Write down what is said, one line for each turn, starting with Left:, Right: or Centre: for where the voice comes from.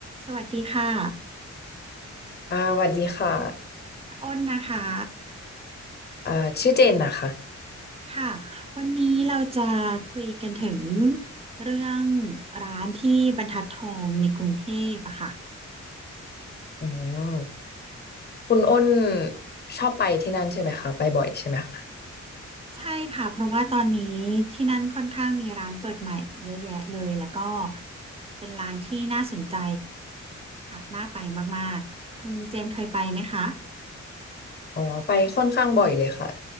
Right: สวัสดีค่ะ
Left: อ่าสวัสดีค่ะ
Right: อ้นนะคะ
Left: อ่าชื่อเจนนะคะ
Right: ค่ะวันนี้เราจะคุยกันถึงเรื่องร้านที่บรรทัดทองในกรุงเทพอะค่ะ
Left: อืมคุณอ้นชอบไปที่นั่นใช่ไหมคะไปบ่อยใช่ไหมคะ
Right: ใช่ค่ะ เพราะว่าตอนนี้ที่นั่นค่อนข้างมีร้านเปิดใหม่เยอะแยะเลย แล้วก็เป็นร้านที่น่าสนใจค่ะน่าไปมากๆ คุณเจนเคยไปไหมคะ
Left: อ๋อไปค่อนข้างบ่อยเลยค่ะ